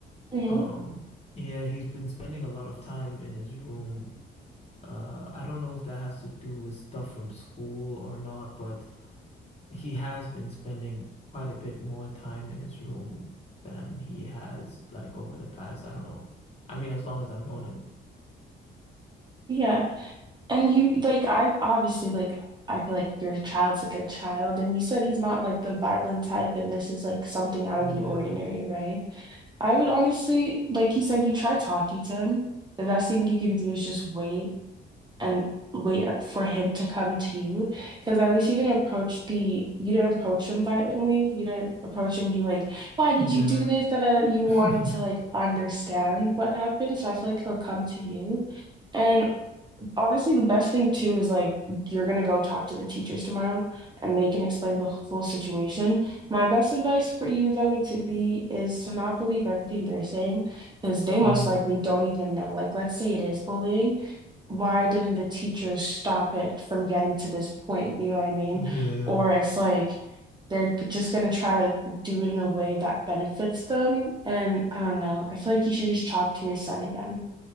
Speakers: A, on the right (about 20°); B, on the left (about 30°).
A: hmm
B: Um, yeah, he's been spending a lot of time in his room. Uh, I don't know if that has to do with stuff from school or not, but he has been spending quite a bit more time in his room than he has like over the past, I don't know. I mean, as long as I've known him.
A: Yeah. And you like I obviously like I feel like your child's a good child and you said he's not like the violent type and this is like something out
B: Yeah.
A: of the ordinary, right? I would honestly like you said you try talking to him. The best thing you can do is just wait and wait for him to come to you because at least you didn't approach the you didn't approach him violently. You didn't approach him being like, "Why did
B: Yeah.
A: you do this?" That uh, you
B: <laughs>
A: wanted to like understand what happened. So I feel like he'll come to you. And honestly, the best thing too is like you're gonna go talk to the teachers tomorrow and they can explain the full situation. My best advice for you though would to be is to not believe everything they're saying because they most
B: Mm,
A: likely don't even know. Like let's say it is bullying. Why didn't the teachers stop it from getting to this point? You know what I mean?
B: yeah.
A: Or it's like they're just gonna try to do it in a way that benefits them. And I don't know. I feel like you should just talk to your son again.